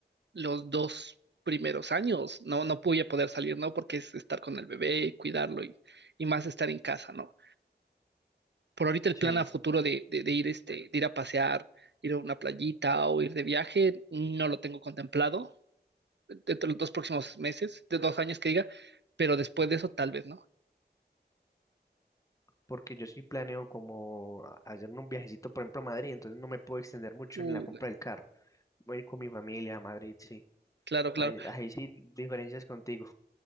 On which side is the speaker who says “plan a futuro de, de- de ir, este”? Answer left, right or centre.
Right